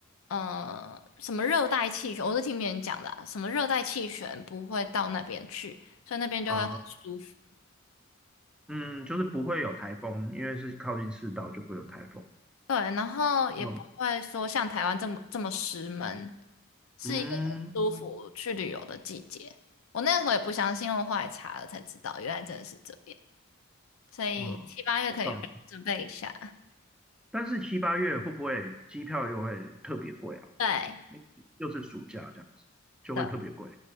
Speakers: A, on the left; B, in the centre.
A: 呃，什么热带气旋，我是听别人讲的啊什么热带气旋不会到那边去，所以那边就会很舒服。
B: 啊嗯，就是不会有台风，因为是靠近赤道就不会有台风。
A: 对，然后也不会说像台湾这么这么湿闷，
B: 嗯
A: 是一个很舒服去旅游的季节。
B: 嗯，
A: 我那个时候也不相信，我后来查了才知道，原来真的是这样。所以七八月可以准备一下。
B: 哇，好棒！但是七八月会不会机票又会特别贵啊？
A: 对
B: 因为又是暑假这样子，就会特别贵。
A: 的，